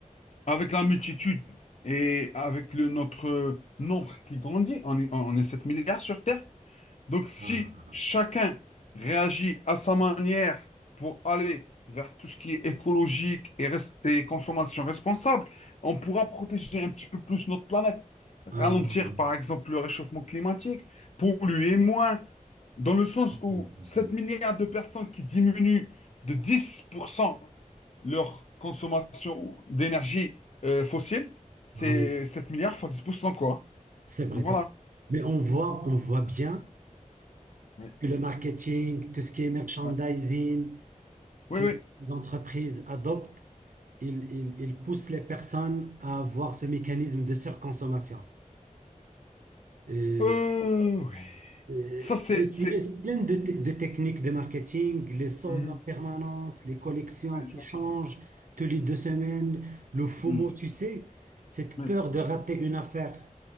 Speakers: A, on the left (about 55°); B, on the right (about 75°).
A: avec la multitude et avec le, notre euh, nombre qui grandit, on est, on est 7 milliards sur Terre, donc, si
B: Ah.
A: chacun réagit à sa manière pour aller vers tout ce qui est écologique et, res- et consommation responsable, on pourra protéger un petit peu plus notre planète, ralentir
B: Ah oui, oui,
A: par exemple le réchauffement climatique, polluer moins, dans le sens
B: oui,
A: où
B: c'est
A: 7
B: c'est-
A: milliards de personnes qui diminuent de 10% leur consommation d'énergie euh, fossile, c'est
B: ah oui,
A: 7 milliards fois 10% quoi.
B: c'est vrai,
A: Donc
B: c'est-
A: voilà.
B: Mais on voit, on voit bien
A: Oui,
B: que le marketing, tout ce qui est merchandising,
A: Ouais. oui.
B: que
A: oui.
B: les entreprises adoptent, ils, ils, ils poussent les personnes à avoir ce mécanisme de surconsommation. Euh,
A: Euh, oui.
B: euh,
A: Ça, c'est,
B: ils utilisent
A: c'est...
B: plein de, te- de techniques de marketing, les soldes
A: Mhm.
B: en permanence, les collections
A: Ouais,
B: qui
A: je vois
B: changent
A: ça.
B: tous les deux semaines, le FOMO,
A: Mhm.
B: tu sais, cette
A: Oui,
B: peur de rater une affaire.